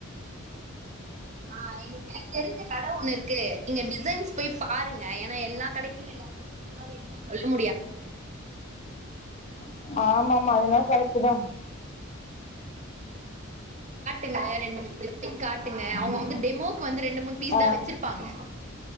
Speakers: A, on the right (about 35°); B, on the left (about 35°).
A: ஆ இங்க தெரிஞ்ச கடை ஒண்ணு இருக்கு நீங்க டிசைன்ஸ் போய் பாருங்க ஏன்னா எல்லா கடையையும் எல்லாருக்கு புடிச்ச மாரி இருக்கும்னு சொல்ல முடியாதுல
B: <inaudible> ஆமா ஆமா அதுலா கரெட்டுதா
A: என்ன வேற என் <inaudible> திருப்பி காட்டுங்க அவங்க வந்து டெமோக்கு வந்து ரெண்டு மூணு பீஸ்
B: ஆ
A: தா வச்சிருப்பாங்க